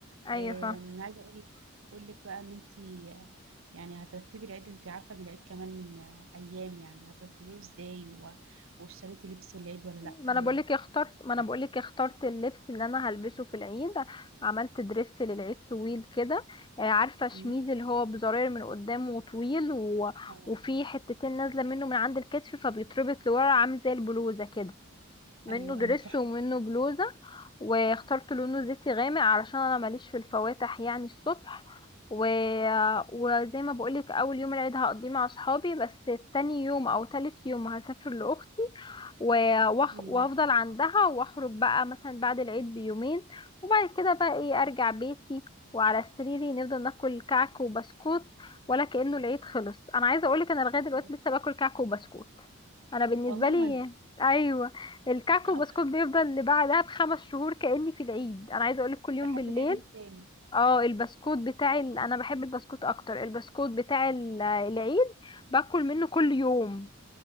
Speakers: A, on the left; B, on the right.
A: ايوه
B: آه
A: فاهمة.
B: عايزه اقول لك اقول لك بقى ان انت يعني هترتبي العيد انت عارفه ان العيد كمان آه، ايام يعني هترتبيه ازاي و- واشتريتي لبس العيد ولا
A: ما
B: لا
A: انا
B: و...
A: بقولك اخترت ما انا
B: يعني.
A: بقولك اخترت اللبس اللي انا هلبسه في العيد عملت درس للعيد طويل كده آه، عارفه شميز
B: مم.
A: اللي هو بزراير من قدام وطويل و...
B: آه.
A: وفي حتتين نازله منه من عند الكتف فبيتربط لورا عامل زي البلوزه كده منه
B: ايوه
A: دريس
B: ايوه تحفه
A: ومنه بلوزة واخترت لونه زيتي غامق علشان انا ماليش في الفواتح يعني الصبح و... وزي ما بقولك اول يوم العيد هقضيه مع اصحابي بس تاني يوم او تالت يوم هسافر لاختي و... وأخ-
B: مم.
A: وافضل عندها واخرج بقى مثلا بعد العيد بيومين وبعد كده بقى ايه ارجع بيتي وعلى سريري نفضل ناكل كعك وبسكوت ولا كأنه العيد خلص انا عايزه اقولك انا لغايه دلوقتي
B: أيوة.
A: لسه باكل كعك وبسكوت انا بالنسبه
B: والله
A: لي
B: وانا
A: ايوه الكعك
B: آه،
A: والبسكوت بيفضل اللي بعدها بخمس شهور كاني في العيد انا عايزه اقولك كل يوم
B: لحد
A: بالليل
B: العيد التاني
A: اه البسكوت بتاع ال... انا بحب البسكوت اكتر البسكوت بتاع ال- العيد باكل منه كل يوم